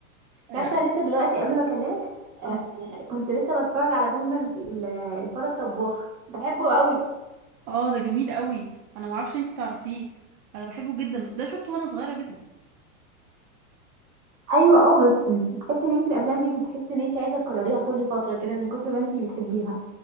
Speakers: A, on the right; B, on the right.
A: انت
B: اه
A: عارفة لسه دلوقتي قبل ما اكلمك آه كنت لسه بتفرج على فيلم ال- ال- الفار الطباخ بحبه قوي
B: آه، ده جميل قوي انا معرفش انت تعرفيه انا بحبه جدا بس ده شفته وانا صغيره جدا
A: ايوه اه بس بتحسي ان انت الافلام دي بتحسي ان انت عايزة تكرريها كل فترة كده من كتر ما انت بتحبيها